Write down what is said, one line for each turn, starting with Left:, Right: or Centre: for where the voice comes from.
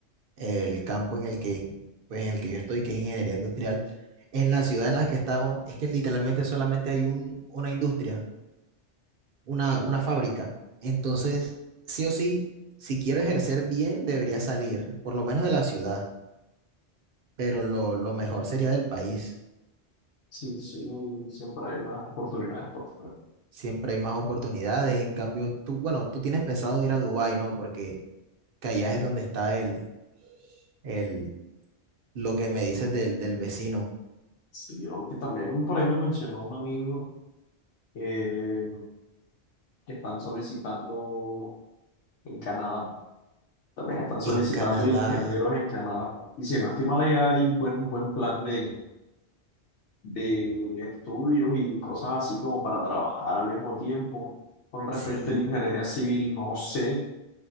Right: el campo en el que, pues, en el que yo estoy, que es ingeniería industrial, en la ciudad en la que estamos, es que literalmente solamente hay un, una industria, una, una fábrica. Entonces, sí o sí, si quiero ejercer bien, debería salir, por lo menos de la ciudad, pero lo, lo mejor sería del país.
Left: Sí, sí, siempre hay más oportunidades por fuera.
Right: Siempre hay más oportunidades. En cambio, tú, bueno, tú tienes pensado ir a Dubái, ¿no? Porque que allá es donde está el, el, lo que me dices del, del vecino.
Left: Sí, yo que también por ahí me mencionó un amigo eh, que están solicitando en Canadá. También están solicitando
Right: En Canadá,
Left: ingenieros en Canadá. Y si no estoy mal, ahí hay buen, un buen plan de, de estudios y cosas así como para trabajar al mismo tiempo. Con respecto
Right: sí
Left: a la ingeniería civil, no sé.